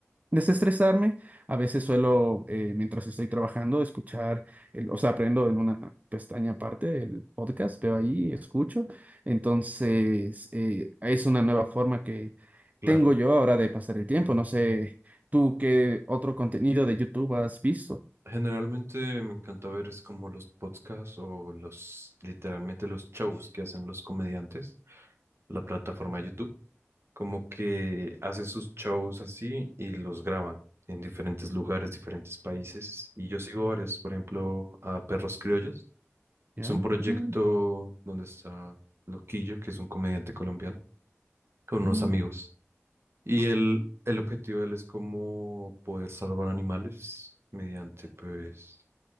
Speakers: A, on the right (about 35°); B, on the right (about 60°).
A: desestresarme. A veces suelo, eh, mientras estoy trabajando, escuchar, el- o sea, aprendo en una pestaña aparte el podcast, veo ahí, escucho. Entonces, eh, es una nueva forma que
B: claro.
A: tengo yo ahora de pasar el tiempo. No sé, ¿tú qué otro contenido de YouTube has visto?
B: Generalmente me encanta ver es como los podcasts o los, literalmente los shows que hacen los comediantes, la plataforma de YouTube, como que hacen sus shows así y los graban en diferentes lugares, diferentes países. Y yo sigo varios, por ejemplo, a Perros Criollos.
A: ¿Ya?
B: Es un proyecto
A: Mm,
B: donde está Loquillo, que es un comediante colombiano, con unos
A: mm.
B: amigos. Y él, el objetivo de él es como poder salvar animales mediante, pues